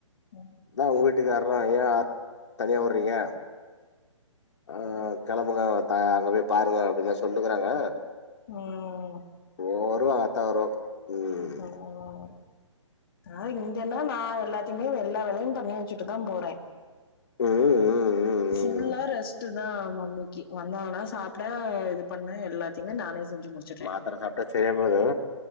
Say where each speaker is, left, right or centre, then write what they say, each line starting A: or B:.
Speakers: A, on the left (about 45°); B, on the left (about 60°).
A: ம்
B: அதா உன் வீட்டுக்கார்றா ஏ ஆத் தனியா வுட்றீங்க ஆ கெளம்புங்க அ ஆ அங்க போய் பாருங்க அப்டிதா சொல்லுனுக்கறாங்க
A: ம்ம்ம்
B: பொறுங்க அவுங்க அத்தா வருவாங்க ம்
A: ம்ம்ம்ம் நா இங்கெல்லாம் நா எல்லாத்தையுமே எல்லா வேலயும் பண்ணி வச்சுட்டு தா போறே
B: ம் ம் ம்
A: ஃபுல்லா
B: ம்
A: ரெஸ்ட் இதா மம்மிக்கி வந்தாங்கண்ணா சாப்டே இது பண்ணே எல்லாத்தயுமே நானே செஞ்சு முடிச்சுடுறே
B: மாத்தர சாப்ட்டா சரியா போய்டு